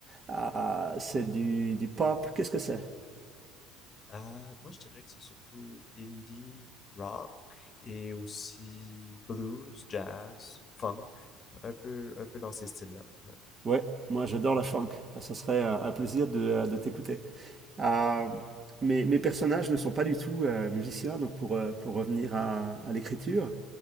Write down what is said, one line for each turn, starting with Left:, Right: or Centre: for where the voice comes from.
Right: ah, ah, c'est du, du pop. Qu'est-ce que c'est?
Left: Euh, moi, je dirais que c'est surtout indie, rock et aussi blues, jazz, funk, un peu, un peu dans ces styles-là. Ouais.
Right: Ouais, moi j'adore la funk. Ah, Ça serait
Left: Mhm,
Right: un, un plaisir de, de t'écouter. Euh,
Left: mhm,
Right: mes, mes personnages ne sont pas du tout euh, musiciens, donc pour, euh, pour revenir à, à l'écriture,